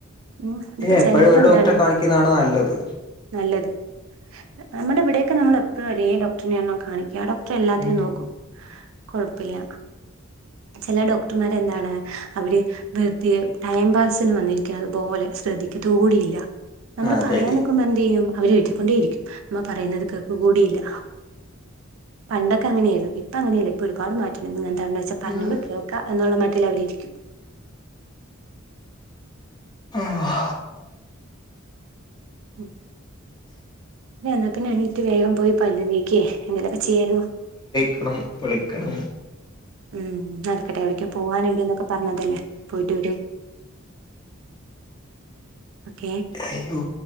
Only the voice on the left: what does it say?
എപ്പോഴും
ഒരു ഡോക്ടറെ കാണിക്കുന്നതാണ് നല്ലത്
ഉം
അതെ
അതെ
ഉം
ആഹ
ക്കണം വി ളിക്കണം
അയ്യോ